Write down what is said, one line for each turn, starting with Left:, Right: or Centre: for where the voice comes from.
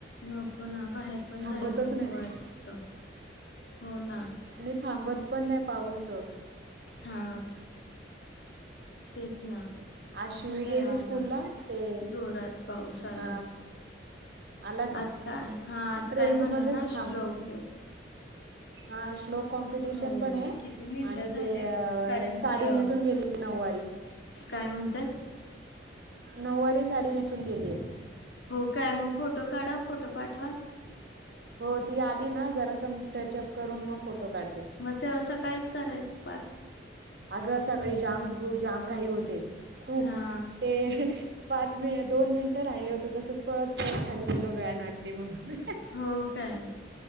Left: नको ना बाहेर पण
Right: थांबतच
Left: जायला नको
Right: नाही
Left: वाटत हो ना.
Right: आणि थांबत पण नाही पाऊस तो.
Left: हा तेच ना.
Right: आज शिव
Left: ते काय
Right: गेली
Left: आला..
Right: स्कूलला ते
Left: जोरात पाऊस आला.
Right: आ, आला का?
Left: आज काय हा आज काय
Right: रेंजमध्येच
Left: म्हणला ना श्लोक
Right: थांब.
Left: आहे
Right: हा श्लोक कॉम्पिटिशन
Left: हो
Right: पण आहे..
Left: किती मिनिटं
Right: आणि
Left: झाले
Right: ते
Left: कारण
Right: साडी
Left: की अ
Right: नेसून गेली नऊवारी.
Left: काय म्हणता?
Right: नऊवारी साडी नेसून गेली आहे.
Left: हो काय मग फोटो काढा. फोटो पाठवा.
Right: हो ती आली ना जरा सम टचअप करून मग फोटो काढते.
Left: मग ते सकाळीच करायच.
Right: आग सकाळी जाम जामघाई होते. खूप
Left: हा
Right: ते. पाच मि दोन मिनिटं राहिले होते तसंच पळत पळत खाली गेलो व्हॅन आली. आली होती. म्हणून
Left: हो काय